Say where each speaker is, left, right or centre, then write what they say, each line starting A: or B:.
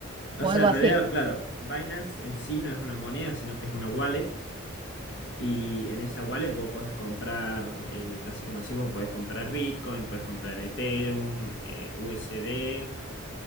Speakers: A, on the left; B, on the right.
A: O
B: o
A: sea,
B: algo
A: en
B: así.
A: realidad, claro, Binance en sí no es una moneda, sino que es una wallet Y en esa wallet vos podés comprar, eh, así como decís vos, podés comprar Bitcoin, podés comprar Ethereum, eh, USD,